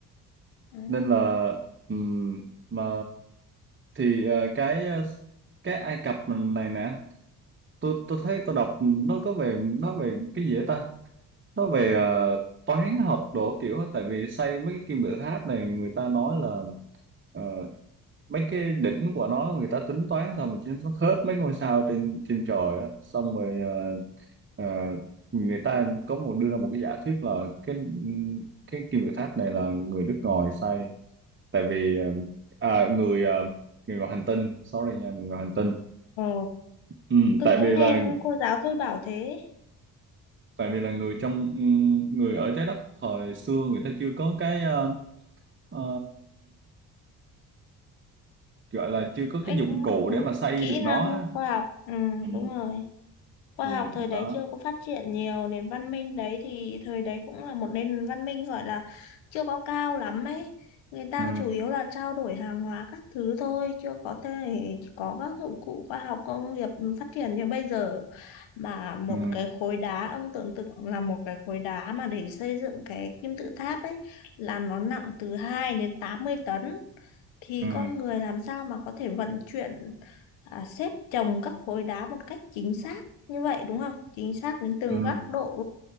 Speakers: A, on the left; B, on the right.
A: ừ.
B: nên là ừm, mà thì ờ, cái ờ, cái Ai Cập này nè tôi tôi thấy tôi đọc nó có về nó về cái gì vậy ta nó về ờ, toán học đồ kiểu á. tại vì xây mấy cái kim tự tháp này người ta nói là ờ, mấy cái đỉnh của nó người ta tính toán xong rồi chính nó khớp mấy ngôi sao trên trên trời á xong rồi ờ, ờ, người ta có một đưa ra một cái giả thuyết là cái cái kim tự tháp này là người nước ngoài xây tại vì ờ, à, người ờ, người ngoài hành tinh sorry nha người ngoài hành tinh
A: Ồ,
B: ừ,
A: tôi
B: tại
A: cũng
B: vì
A: nghe
B: là
A: cô giáo tôi bảo thế
B: tại vì là người trong ừ, người ở trái đất thời xưa người ta chưa có cái ờ, ờ, gọi là chưa có
A: cách
B: cái dụng
A: ừ,
B: cụ để mà xây
A: kỹ
B: được nó
A: năng
B: á.
A: khoa học ừ,
B: ừ,
A: đúng rồi khoa
B: thì
A: học thời đấy
B: đó
A: chưa có phát triển nhiều nền văn minh đấy thì thời đấy cũng là một nền văn minh gọi là chưa có cao lắm ấy người ta
B: ừ,
A: chủ yếu là trao đổi hàng hóa các thứ thôi chưa có thể có các dụng cụ khoa học công nghiệp phát triển như bây giờ mà một
B: ừ,
A: cái khối đá ông tưởng tượng là một cái khối đá mà để xây dựng cái kim tự tháp ấy là nó nặng từ 2 đến 80 tấn thì
B: ừ,
A: con người làm sao mà có thể vận chuyển à, xếp chồng các khối đá một cách chính xác như vậy đúng không? Chính xác đến từng
B: ừ,
A: góc độ,